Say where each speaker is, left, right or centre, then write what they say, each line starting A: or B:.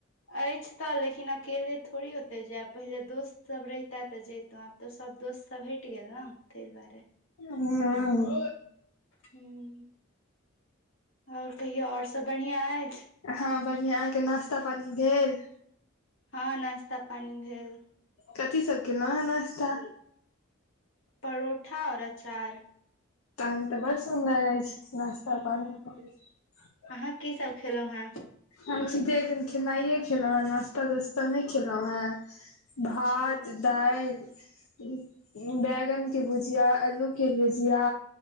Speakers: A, on the left (about 65°); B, on the left (about 85°).
A: अछि तऽ लेकिन अकेले थोड़ी ओते जायब पहिले दोस्त सब रहिते त जयतो आब तो सब दोस्त सब हट गेल ने ताहि दुआरे
B: हुँ
A: ह आओर कहियौ आओर सब बढ़िया अछि
B: हँ बढ़ियां अहाँके नाश्ता पानी भेल
A: हँ नाश्ता पानी भेल
B: कथी सब केलौ है नश्ता
A: परोठा और अचार
B: तहन तऽ बड़ सुन्दर अछि नाश्ता
A: हूँ
B: पानी
A: अहाँ की सब खेलौं हेँ
B: हम सीधे एखन खेनाइए खेलहुँ हें नाास्ता तास्ता नहि खेलौँ हें
A: अच्छा
B: भात दालि बैगन के भुजिया आलू के भुजिया